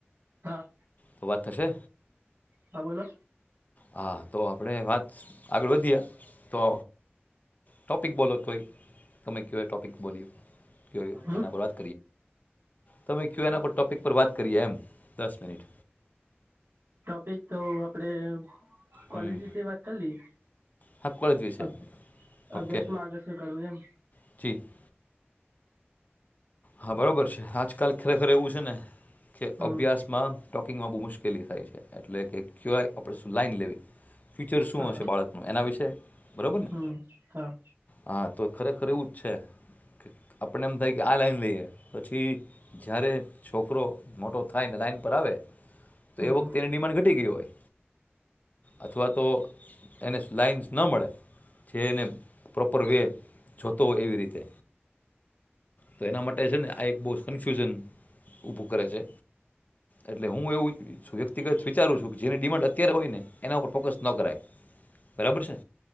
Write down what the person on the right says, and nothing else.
હા
હા બોલો,
હમ
ટોપિક તો આપડે, કોલેજ
વિશે વાત કરી લઈ.
અભ્ અભ્યાસ
માં આગળ શું કરવું એમ,
હમ
હા
હમ હા,
હમ